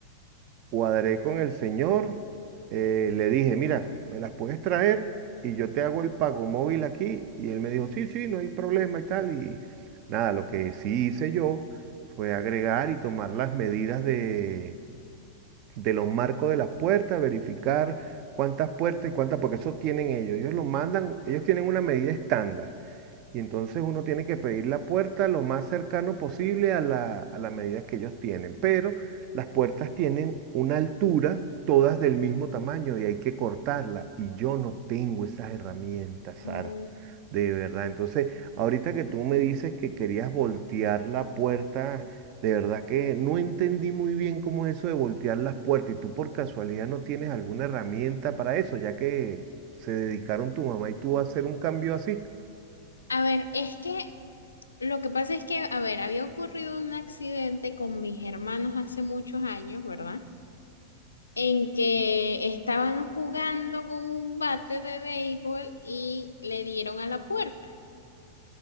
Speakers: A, on the right; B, on the left.
A: cuadré con el señor, eh, le dije, mira, me las puedes traer y yo te hago el pago móvil aquí. Y él me dijo, sí, sí, no hay problema y tal. Y nada, lo que sí hice yo fue agregar y tomar las medidas de, de los marcos de las puertas, verificar cuántas puertas y cuántas, porque eso tienen ellos. Ellos lo mandan, ellos tienen una medida estándar. Y entonces uno tiene que pedir la puerta lo más cercano posible a la, a la medida que ellos tienen. Pero las puertas tienen una altura, todas del mismo tamaño y hay que cortarla. Y yo no tengo esas herramientas, Sara.
B: Mm,
A: De verdad. Entonces, ahorita que tú me dices que querías voltear la puerta, de verdad que no entendí muy bien cómo es eso de voltear las puertas. Y tú por casualidad no tienes alguna herramienta para eso, ya que se dedicaron tu mamá y tú a hacer un cambio así.
B: A ver, es que lo que pasa es que, a ver, había ocurrido un accidente con mis hermanos hace muchos años, ¿verdad? en que estaban jugando con un bate de béisbol y le dieron a la puerta.